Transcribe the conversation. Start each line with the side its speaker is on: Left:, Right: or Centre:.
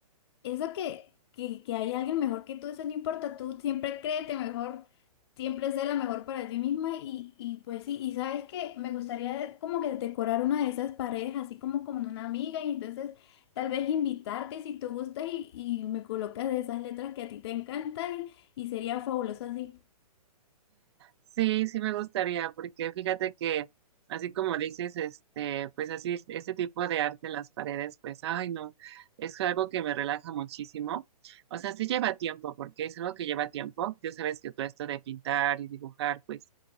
Left: eso que, que, que hay alguien mejor que tú, eso no importa, tú siempre créete mejor, siempre sé la mejor para ti misma y, y pues sí, y sabes que me gustaría de- como que decorar una de esas paredes, así como con una amiga y entonces tal vez invitarte si tú gustas y, y me colocas de esas letras que a ti te encantan y, y sería fabuloso así.
Right: Sí, sí me gustaría, porque fíjate que así como dices, este, pues así este tipo de arte en las paredes, pues ay no, es algo que me relaja muchísimo. O sea, sí lleva tiempo, porque es algo que lleva tiempo. Ya sabes que todo esto de pintar y dibujar, pues,